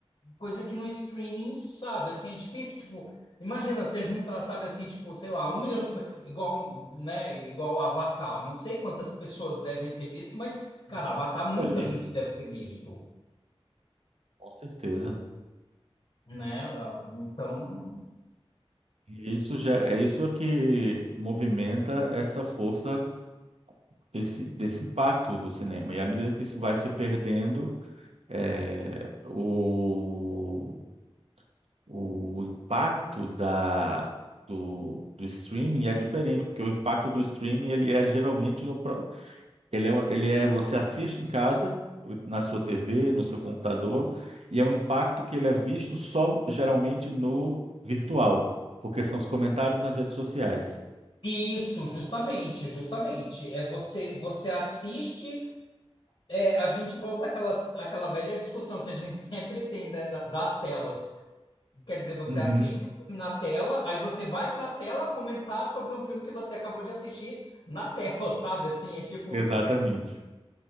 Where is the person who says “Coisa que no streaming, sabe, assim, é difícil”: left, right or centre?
Left